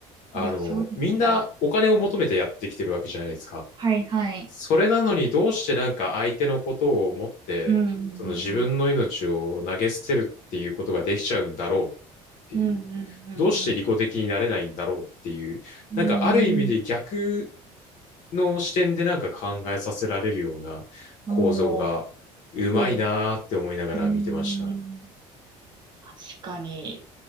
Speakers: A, on the left (about 65°); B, on the right (about 30°).
A: あの、
B: いや、そうですよね。
A: みんなお金を求めてやってきてるわけじゃないですか。
B: はいはい。
A: それなのにどうしてなんか相手のことを思って、
B: うんうん
A: その自分の命を投げ捨てるっていうことができちゃうんだろうっっていう、
B: うんうんうん
A: どうして利己的になれないんだろうっていう、
B: うんうんうんうん
A: なんかある意味で逆の視点でなんか考えさせられるような構造がうまいなーって思いながら見てました。
B: うん。おーおー。うん。確かに